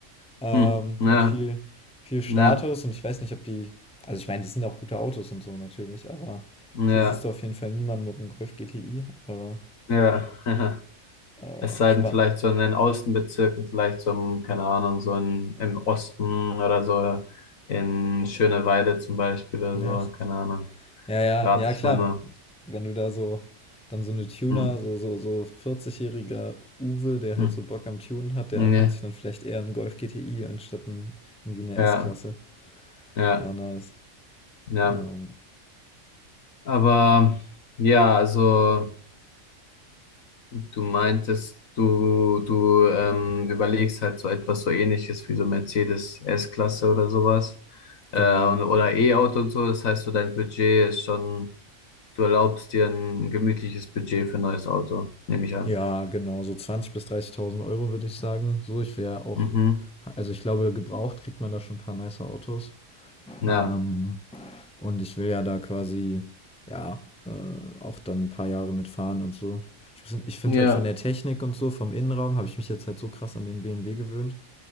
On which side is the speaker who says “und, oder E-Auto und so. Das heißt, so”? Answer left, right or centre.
Left